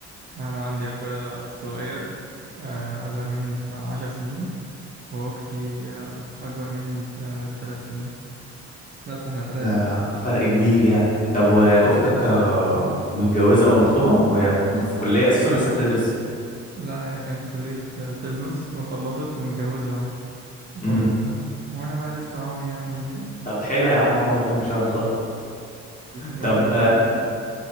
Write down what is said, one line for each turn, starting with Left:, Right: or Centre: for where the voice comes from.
Right: أنا عندي أخويا صغير آه، أصغر مني بعشر سنين وأختي آه، أكبر مني ب- بثلاث سنين بس احنا ثلاثة
Left: ده فرق كبير يعني طب واختك آه، متجوزه او مخطوبه وهي في في كليه اساسا لسه بتدرس
Right: لا هي كانت في كلية بيزنس وخلصت ومتجوزة أهو و...
Left: امم
Right: وأنا بقى لسه أهو يعني
Left: طب حلو يا عم أهو والله ما شاء الله
Right: وأنت
Left: طب
Right: في الدنيا